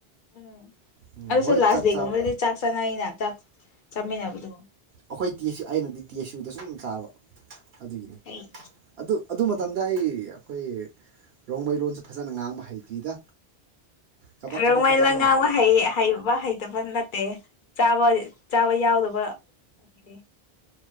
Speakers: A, on the left; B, on the right.
A: ꯎꯝ
B: ꯎꯝ
A: ꯑꯗꯨꯁꯨ
B: ꯍꯣꯏ
A: ꯂꯥꯁ
B: ꯆꯥꯛ
A: ꯗꯦꯒꯨꯝꯕꯗꯗꯤ
B: ꯆꯥꯕ
A: ꯆꯥꯛ ꯆꯥꯅꯩꯩꯅ ꯆꯥꯛ ꯆꯥꯃꯤꯟꯅꯕꯗꯨ
B: ꯑꯩꯈꯣꯏ ꯇꯤ ꯑꯩꯅꯗꯤ ꯇꯤ ꯑꯦꯁꯨꯗ ꯁꯨꯝ ꯆꯥꯕ ꯑꯗꯨꯒꯤꯅꯤ
A: ꯑꯩ
B: ꯑꯗꯨ ꯑꯗꯨ ꯃꯇꯝꯗ ꯑꯩ ꯑꯩꯈꯣꯏ ꯔꯣꯡꯃꯩ ꯂꯣꯟꯁꯨ ꯐꯖꯅ ꯉꯥꯡꯕ ꯍꯩꯇ꯭ꯔꯤꯗ ꯀꯕꯛ
A: ꯔꯣꯡꯃꯩꯗ
B: ꯀꯕꯛ ꯈꯛꯇ ꯁꯨꯝ
A: ꯉꯥꯡꯕ ꯍꯩ ꯍꯩꯕ ꯍꯩꯇꯕ ꯅꯠꯇꯦ ꯆꯥꯕ ꯆꯥꯕ ꯌꯥꯎꯗꯕ ꯗ ꯑꯪꯗꯤ